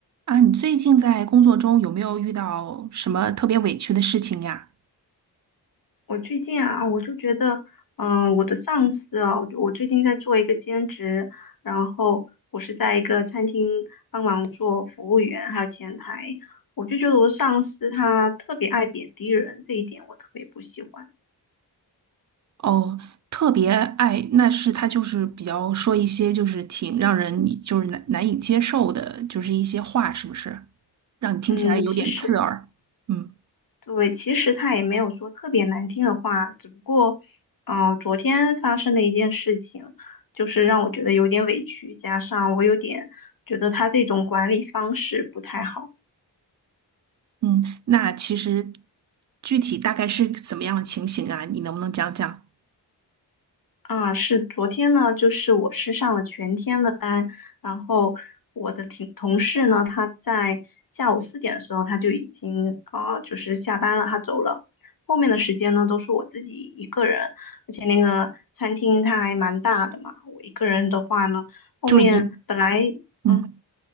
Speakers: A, on the right; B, on the left.
A: 啊，你最近在工作中有没有遇到什么特别委屈的事情呀？
B: 我最近啊，我就觉得，嗯、我的上司啊，我我最近在做一个兼职，然后我是在一个餐厅嗯做服务员，还有前台，我就觉得我的上司他特别爱贬低人，这一点我特别不喜欢。
A: 哦，特别爱，那是他就是比较说一些就是挺让人你就是难难以接受的，就是一些话，是不是？让你听起来有点刺耳。
B: 嗯，其实
A: 嗯
B: 对，其实他也没有说特别难听的话，只不过，啊，昨天发生的一件事情，就是让我觉得有点委屈，加上我有点觉得他这种管理方式不太好。
A: 嗯，那其实具体大概是怎么样的情形啊？你能不能讲讲？
B: 啊，是昨天呢，就是我是上了全天的班，然后我的同同事呢，他在下午四点的时候他就已经啊、呃就是下班了，他走了。后面的时间呢，都是我自己一个人，而且那个餐厅它还蛮大的嘛，我一个人的话呢，后面本来啊
A: 就是一嗯，